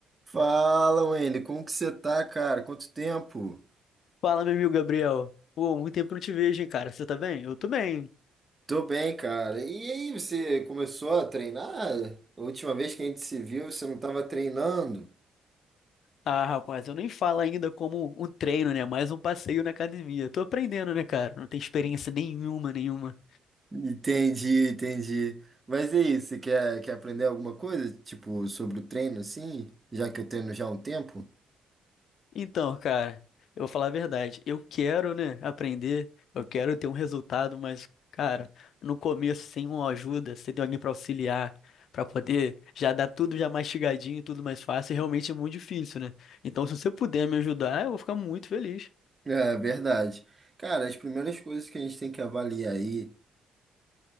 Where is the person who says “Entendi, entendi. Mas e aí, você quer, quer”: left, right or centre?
Right